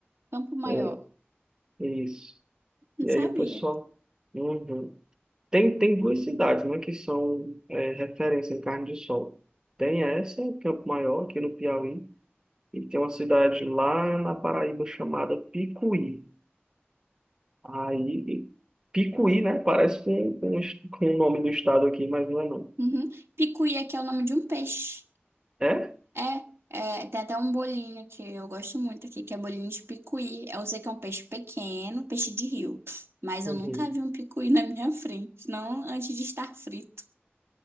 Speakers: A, on the right; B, on the right.
A: Campo Maior.
B: É, é isso.
A: Não
B: E
A: sabia.
B: aí o pessoal. Uhum. Tem, tem duas cidades, né, que são é, referência em Carne de Sol. Tem essa, Campo Maior, aqui no Piauí, e tem uma cidade lá na Paraíba chamada Picuí. Aí, Picuí, né? Parece com, com, o est- com o nome do estado aqui, mas não é não.
A: Uhum. Picuí que é o nome de um peixe.
B: É?
A: É, é, tem até um bolinho que eu gosto muito aqui, que é bolinho de picuí. Eu sei que é um peixe pequeno, peixe de rio. Mas
B: Uhum.
A: eu nunca vi um picuí na minha frente, não antes de estar frito.